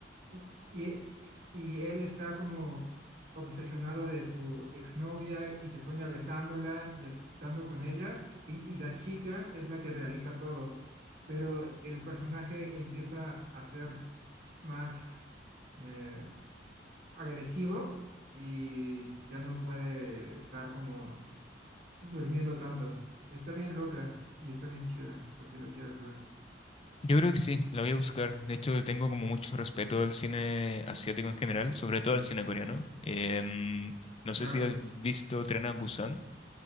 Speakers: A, on the right; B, on the left.
A: Y, y, y- y él está como obsesionado de su exnovia y se sueña besándola y estando con ella, y, y la chica es la que realiza todo, pero el personaje empieza a ser más eh, agresivo y ya no puede estar como durmiendo tanto. Está bien loca y está bien chida, por si la quieres ver.
B: Yo creo que sí, la voy a buscar. De hecho, le tengo como mucho respeto al cine asiático en general, sobre todo al cine coreano. Em, no
A: Claro,
B: sé si has visto Tren a Busan.